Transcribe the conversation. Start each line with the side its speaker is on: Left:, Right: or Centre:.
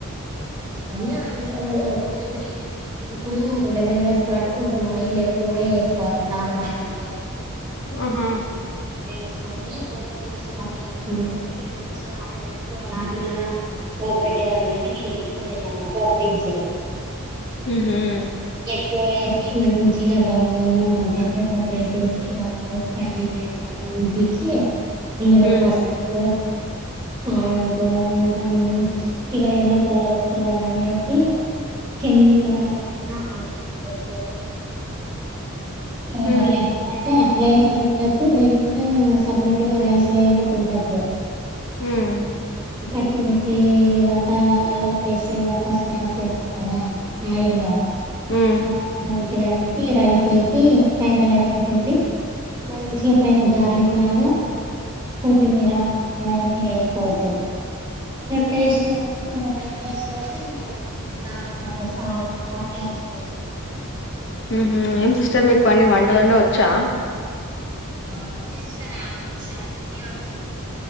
Right: కొన్ని అందులో టూ, త్రీ ఇప్పుడు లెమన్ రైస్ కావట్టి కొంచెం ఆయిల్ ఎక్కువనే వేసుకోవాలి. నార్మల్ కంటే
Left: ఆ హా
Right: నెయ్యి వేసుకొని పోపు దినుసులు అన్ని ఎక్కువగా వేసుకొని మంచిగా ఆరబెట్టుకు <unintelligible> పోపు పెట్టేదాని కంటే దీనికి ఎక్కువ వేయాలి. పోపు దినుసులు
Left: మ్మ్ హ్మ్
Right: <unintelligible> వేసి మంచిగా బాగా ఆ కరివేపాకు రైస్ వేసి బాగా ఫ్రై య్యాలి. ఇంగ వరకు ఉంటిచ్చి ఆ అందులో
Left: ఉ
Right: పసుపు ఆవ్ రొంత మంచి చిగా ఎల్లో కలర్, వచ్చే లాగా అనేసి శేనిగి ఇలాగే నేనైనా అవి చూడస్త్ చూడలే ఇంగే హ్ వాళ్ళంతా
Left: ఉ
Right: పాల్ టా ఇట్లయినా పిండొచ్చు, లేకుంటే సపరేట్ గా రైస్ లోనైనా పిండచ్చు.
Left: హ్మ్
Right: హ్ పచ్చి మిర్చి ఇవంతా అల్లమ్ పేస్ట్ ఇదంతా స్మాష్ చేస్తాం. కదా న్యాయిర్లో
Left: ఉ ఉ
Right: ఇగ మంచిగా అన్ని రైసెస్ పైన లంగనిపిండి మంచిగా పైన గార్లిక్ లాగా కొత్తి మీరా అవన్నీ వేసుకోవచ్చు టేస్ట్ టేస్ట్ చేసి మనం దానికి తగ్గ సాల్ట్ అట్లా వేసుకోవచ్చు
Left: ఉ హు ఏం సిస్టర్ మీకు అన్ని వంటలన్ని వచ్చా
Right: వచ్చు సిస్టర్ ఆల్మోస్ట్ అన్ని వచ్చు